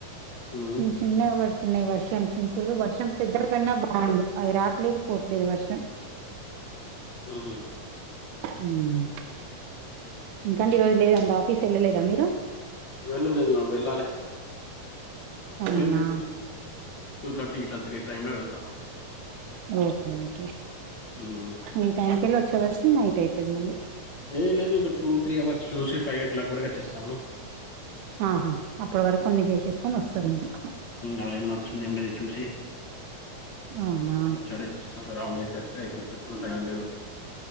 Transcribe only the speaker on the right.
చ్ చిన్నగా పడుతున్నాయి వర్షం చినుకులు వర్షం పెద్ద కన్నా బాగుంది అది రాట్లేదు పోట్లేదు వర్షం
ఉహ్ ఇంకండి ఈ రోజు లేదండి ఆఫీస్ వెళ్ళలేదా మీరు
అవునా
ఓకే ఓకే
న టైం క వెలి వచ్చ వరుతుంది నైట్ అవుతుది మలీ
ఆహా అప్పటి వరకు కొన్ని చేసేసుకొని వస్తారు ఇంకా
అవునా